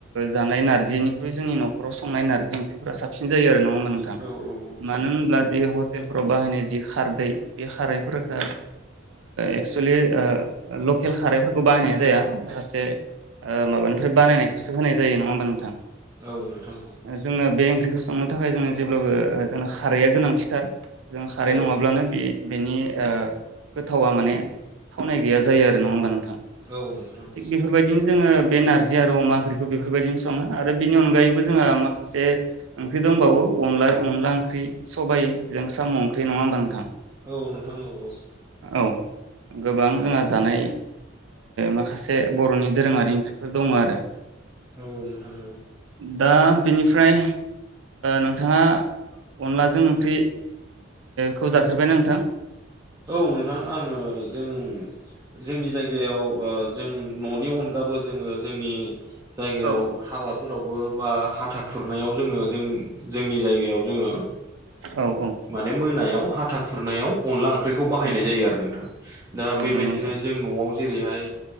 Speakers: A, on the right (about 75°); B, on the right (about 20°).
A: जानाय नारजिनिख्रु जोंनि नखराव संनाय नारजि ओंख्रिफोरा साबसिन जायो आरो नङा होनबा नोंथां मोजां
B: औ औ साबसिन
A: मानो होनब्ला
B: जायो
A: ज हटेलफोराव बाहायनाय जि खारदै बे खारैफोरखौ एक्ससलि <unintelligible> लकेल खारैफोरखौ बाहायनाय जाया माखासे माबानिफ्राय बानायनायखौसो होनाय जायो नङा होमबा नोंथां
B: औ नोंथां
A: जोङो बे ओंख्रिखौ संनो थाखाय जोङो जेब्लाबो जोंनो खारैया गोनांथिथार जों खारै
B: औ नोंथां औ
A: नङाब्लानो
B: नोंथां
A: बे बेनि गोथावा माने थावनाय गैया जायो आरो नङा होनबा नोंथां
B: औ नोंथां औ
A: थि बेफोरबायदिनो जोङो बे नारजि आरो अमा ओंख्रिखौ बेफोरबायदिनो सङो आरो बिनि अनगायैबो जोंहा माखासे ओंख्रि दंबावो अन अनला ओंख्रि सबाइजों साम' ओंख्रि नङा होमबा नोंथां
B: औ नोंथां औ औ
A: औ गोबां जोंहा जानाय माखासे बर'नि दोरोङारि ओंख्रिफोर दङ आरो
B: औ नोंथां औ
A: दा बेनिफ्राय नोंथाङा अनलाजों ओंख्रि खौ जाफेरबायना नोंथां
B: औ नोंथां आङो जों जोंनि जायगायाव जों न'नि अनगाबो जोङो जोंनि जायगायाव
A: औ
B: हाबाफोरावबो बा हाथा खुरनायाव जोङो जों जोंनि जायगायाव जोङो
A: औ औ
B: माने मोनायाव हाथा खुरनायाव अनला ओंख्रिखौ बाहायनाय
A: औ
B: जायो आरो नोंथां दा
A: औ
B: बेबायदिनो
A: नंगौ नोंथां
B: जों न'आव जेरैहाय